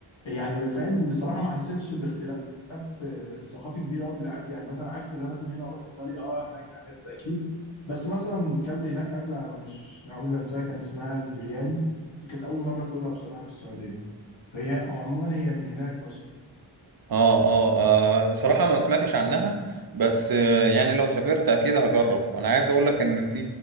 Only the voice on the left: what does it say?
يعني فاهم بصراحة ما حسيتش باختلاف آه، ثقافي كبير قوي في الاكل يعني مثلا عكس اللي انا اكون هنا واروح ايطاليا اه هناك هحس اكيد بس مثلا كلت هناك اكله أنا مش عمري ما انساها كان اسمها البرياني دي كانت اول مره اكلها بصراحه في السعوديه هي هو عموما هي من هناك اصلا